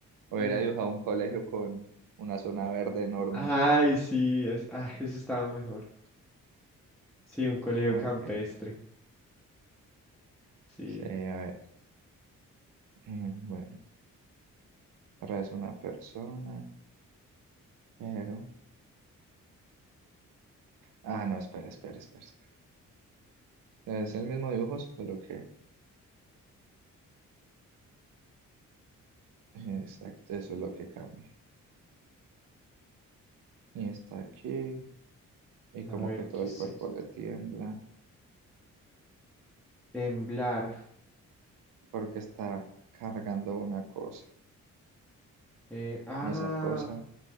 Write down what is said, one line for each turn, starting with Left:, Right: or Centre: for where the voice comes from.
Right: Hubiera
Centre: Mm.
Right: dibujado un colegio con una zona verde enorme.
Centre: Ay, sí, es, ay eso estaba mejor. Sí, un colegio
Right: Ok,
Centre: campestre. Sí.
Right: sí, a ver. eh, bueno, traes una persona, pero... Ah, no, espera, espera, espera, espera. Es el mismo dibujo, solo que... Exacto, eso es lo que cambia. Y está aquí. y como
Centre: A ver,
Right: que todo
Centre: ¿qué
Right: el
Centre: es
Right: cuerpo
Centre: eso?
Right: le tiembla
Centre: Temblar.
Right: porque está cargando una cosa.
Centre: Eh, ah,
Right: Y esa cosa,